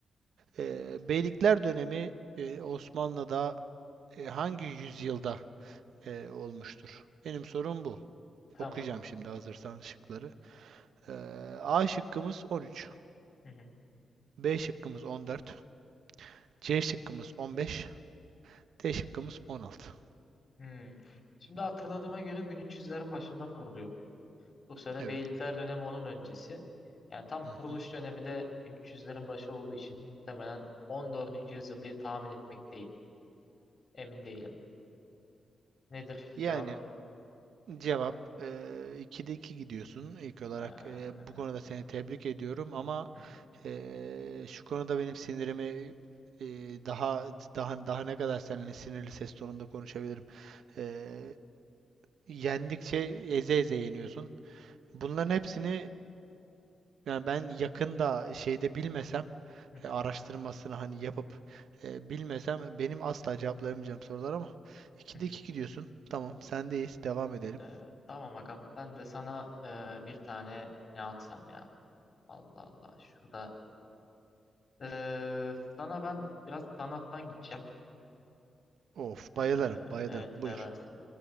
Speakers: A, on the right; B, on the left.
A: Ee, Beylikler dönemi e, Osmanlı'da e, hangi yüzyılda e, olmuştur? Benim sorum bu.
B: Tamam.
A: Okuyacağım şimdi hazırsan şıkları. Ee, A şıkkımız 13,
B: Hı hı.
A: B şıkkımız 14, C şıkkımız 15, D şıkkımız 16.
B: Hmm. Şimdi hatırladığıma göre 1300'lerin başında kuruluyor. Bursa'da
A: Evet.
B: beylikler dönemi onun öncesi. Yani tam
A: Hı
B: kuruluş
A: hı.
B: dönemi de 1300'lerin başı olduğu için muhtemelen 14. yüzyıl diye tahmin etmekteyim. Emin değilim. Nedir
A: Yani
B: cevap?
A: Cevap eee 2'de 2 gidiyorsun. İlk olarak
B: Ee, hı
A: eee, bu konuda seni tebrik ediyorum ama
B: hı,
A: eee, şu konuda benim sinirimi eee, daha daha daha ne kadar seninle sinirli ses tonunda konuşabilirim. Eee, yendikçe eze eze yeniyorsun. Bunların
B: ee,
A: hepsini yani ben yakında şeyde bilmesem
B: hı hı,
A: e, araştırmasını hani yapıp e, bilmesem benim asla cevaplayamayacağım sorular ama 2'de
B: hı hı.
A: 2 gidiyorsun. Tamam, sendeyiz. Devam edelim.
B: Ee, tamam agam. Ben de sana ee, bir tane ne atsam ya. Allah Allah. Şurada. Ee, sana ben biraz sanattan gideceğim.
A: Of, bayılırım,
B: Ee,
A: bayılırım.
B: evet
A: Buyur.
B: seversin.